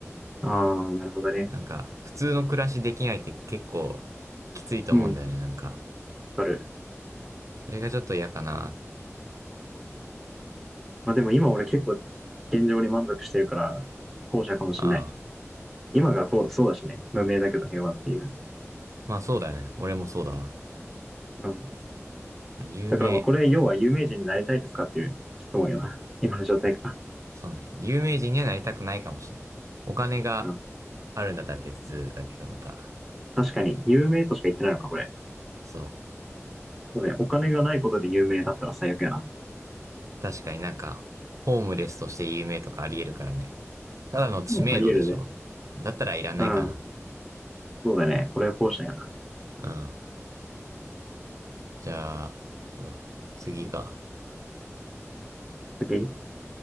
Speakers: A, in the centre; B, on the right.
A: ああ、なるほどね。
B: なんか、普通の暮らしできないって結構きついと思うんだよね、
A: うん、わ
B: なんか。
A: かる。
B: それがちょっと嫌かな。
A: まあでも今俺結構現状に満足してるから、後者かもしんない。
B: ああ。
A: 今がこう、そうだしね。無名だけど平和っていう。
B: まあそうだよね。俺もそうだわ。
A: うん。
B: まあ、有名、
A: だからまあこれ、要は有名人になりたいですかっていう質問よな。<laughs> 今の状態か。
B: そうね。有名人にはなりたくないかもしれない。お金が
A: うん。
B: あるんだったら別だけど、また。
A: 確かに、有名としか言ってないのか、これ。
B: そう。
A: そうね、お金がないことで有名だったら最悪やな。<laughs>
B: 確かになんか、ホームレスとして有名とかあり得るからね。ただの知名度でしょだったらいらないかな。
A: あり得るね。うん。そうだね。これは後者やな。
B: うん。じゃあ、そうだ。次か。
A: うん。次